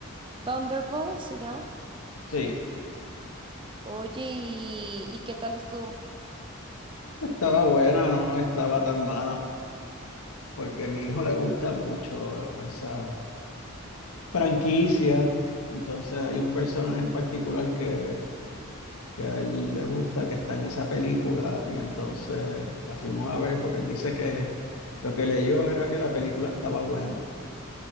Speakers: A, on the right; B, on the left.
A: Thunderbolt se llama.
B: Sí,
A: Oye, ¿y, y qué tal estuvo?
B: Estaba buena, no estaba tan mala, porque a mi hijo le gusta mucho esa franquicia. Entonces hay un personaje en particular que, que a él le gusta, que está en esa película, y entonces la fuimos a ver porque él dice que lo que leyó era que la película estaba buena.